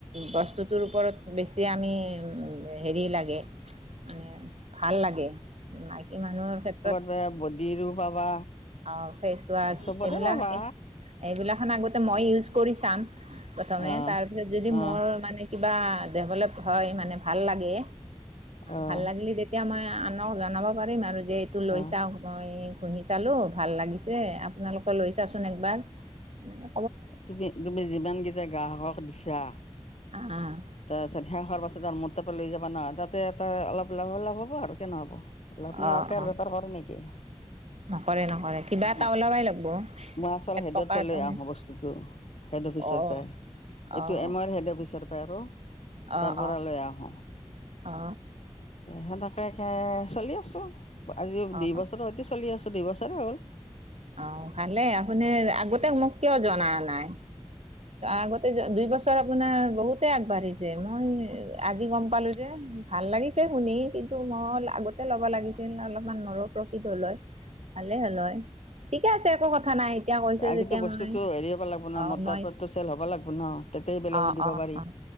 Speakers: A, on the right; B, on the left.
A: বস্তুটোৰ ওপৰত বেছি আমি হেৰি লাগে মানে ভাল লাগে মাইকী মানুহৰ ক্ষেত্ৰত
B: তাৰ বডীৰো পাবা
A: অ ফেচৱাচ
B: চবতে
A: এইবিলাক
B: পাবা
A: এইবিলাক খন আগতে মই ইউজ কৰি চাম প্ৰথমে
B: অঁ
A: তাৰপিছত যদি
B: অঁ
A: মোৰ মানে কিবা ডেভলেপ হয় মানে ভাল লাগে
B: অঁ
A: ভাল লাগিলে তেতিয়া মই আনক জনাব পাৰিম আৰু যে এইটো লৈ
B: অঁ
A: চাওঁক মই ঘুহি চালোঁ ভাল লাগিছে আপোনালোকে লৈছাচোন একবাৰ এনে
B: তুমি তুমি যিমানকেইটা গ্ৰাহকক দিছা
A: অ অ'।
B: তাৰপাছত সেয়া হোৱাৰ পাছত আৰু মোৰ তাৰ পৰা লৈ যাব তাতে এটা অলপ লাভ লাভ হ'ব আৰু কিয় নহ'ব লাভ
A: অ',
B: নহাকে আৰু
A: অ',
B: বেপাৰ কৰে নেকি
A: নকৰে নকৰে কিবা
B: অ
A: এটা ওলাবাই লাগব।
B: মই আচল
A: এক
B: হেদতপে
A: টকা এটা
B: লৈ
A: নে
B: আহো বস্তু হেড অফিচৰ
A: অ',
B: পে এইটো
A: অ',
B: এমৰ হেড অফিচৰ পায় আৰু
A: অ', অ',
B: তাৰপৰা লৈ আহো
A: অ',
B: সেনেকে কে চলি আছোঁ আজি
A: অ',
B: দুই বছৰো সৈতি চলি আছোঁ টো দুইবছৰে হ'ল
A: আহ ভালে আপুনি আগতে মোক কিয় জনায়া নাই আগতে দুই বছৰ আপোনাৰ বহুতে আগবাঢ়িছে মই আজি গম পালোঁ যে ভাল লাগিছে শুনি কিন্তু মই আগতে ল'ব লাগিছিল অলপমান মোৰো প্ৰফিত হ'ল হয় ভালে হ'ল হয় ঠিকে আছে একো কথা নাই এতিয়া কৈছে
B: আ
A: যেতিয়া
B: কিন্তু বস্তুতটো
A: মই
B: হেৰি হ'ব লাগিব ন
A: অ',
B: মোৰতাৰ
A: মই
B: পাৰেটো চেল হ'ব লাগিব ন তেতিয়াহে বেলেগগ
A: অ',
B: দিব
A: অ',
B: পাৰি
A: অ',